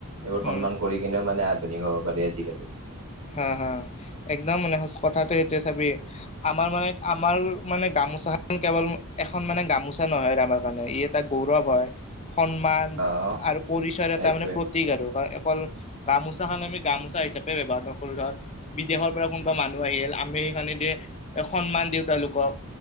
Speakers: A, on the right (about 70°); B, on the left (about 30°).
A: এইবোৰ সন্মান
B: উম।
A: কৰি কিনে মানে আধুনিক হ'ব পাৰি আজিকালি
B: হা -হা, একদম মানে কথাটো এইটোৱে চাবি, আমাৰ মানে- আমাৰ মানে গা মোচা কেৱল এখন মানে গামোচা নহয় আমাৰ কাৰণে। ই এটা গৌৰৱ হয়। সন্মান
A: অ
B: আৰু পৰিচয়ৰ
A: সেইটোৱে
B: এটা মানে প্ৰতীক আৰু কাৰণ অকল গামোচাখন আমি গামোচা হিচাপে ব্যৱহাৰ ক ধৰ বিদেশৰ পৰা কোনোবা মানুহ আহিল, আমি সেইখনেদিয়ে সন্মান দিওঁ তেওঁলোকক।